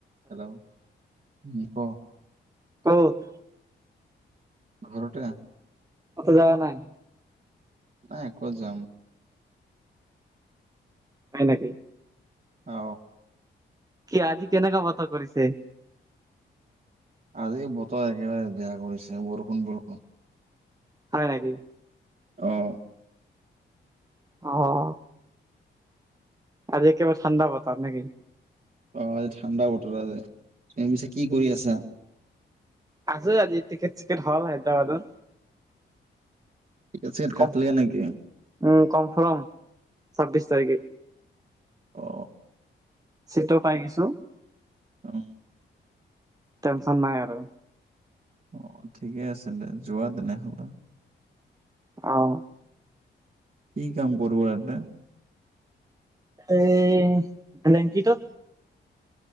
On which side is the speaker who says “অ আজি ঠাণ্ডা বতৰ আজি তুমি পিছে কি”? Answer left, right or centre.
Right